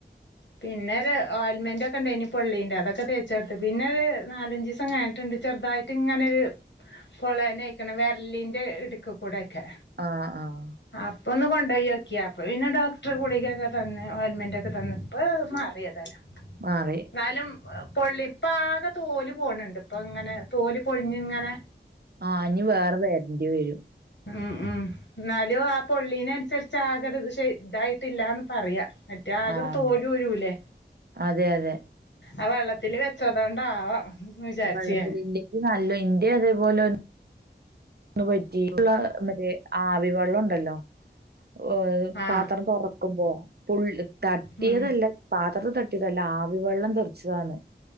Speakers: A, on the left (about 75°); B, on the right (about 60°).
A: പിന്നെ ഒരു ഓൽമെന്റ് ഒക്കെ ഇണ്ടായ്നി പൊള്ളിന്റെ അതൊക്കെ തേച്ചോട്ത്ത് പിന്നെ ഒര് നാലഞ്ചീ സം കയ്ഞ്ഞിട്ട്ണ്ട് ചെറ്തായി ട്ട്ങ്ങനെ ഒര് പൊളന്നെയക്ക്ണ് വെര്‌ലിന്റെ ഇട്ക്ക് കൂടെക്കെ.
B: ആഹ് ആഹ്.
A: അപ്പൊന്ന് കൊണ്ടോയോക്ക്യാ അപ്പ പിന്നെ ഡോക്ടർ ഗുളികക്കെ തന്ന് ഒൽമെന്റൊക്കെ തന്ന് ഇപ്പ മാറി അത്. താലും.
B: മാറി.
A: കാലും പൊള്ളി ഇപ്പ ആകെ തോല് പോണ്‌ണ്ട് ഇപ്പങ്ങനെ തോല് പൊൾഞ്ഞ്ങ്ങനെ
B: ആ ഇഞ്ഞ് വേറെ വെര്ണ്ടി വെരും.
A: ഉം ഉം ഇന്നാലും ആ പൊള്ളീനൻ സര്ച്ച് ആക ര്ശെ ഇതായിട്ടില്ലാന്ന് പറയാ. മറ്റേ ആകെ
B: ആഹ്
A: ഒരു തോല് ഊരൂലെ.
B: അതെ അതെ
A: ആ വെള്ളത്തില് വെച്ചതോണ്ടാവാം. വിചാരിച്ച്
B: ആ വെള്ളത്തില്ലക്ക്
A: ഞാന്
B: നല്ലോ ഇറ്റെ അതേപോലെ <unintelligible> പറ്റി മറ്റേ ആവി വെള്ളം ഉണ്ടല്ലോ ഓയ്
A: ആ
B: പാത്രം തൊറക്കുമ്പോ പൊ തട്ട്യയതല്ല.
A: ഉം
B: പാത്രംത്ത് തട്ട്യയത് അല്ല ആവി വെള്ളം തെർച്ചതാന്ന്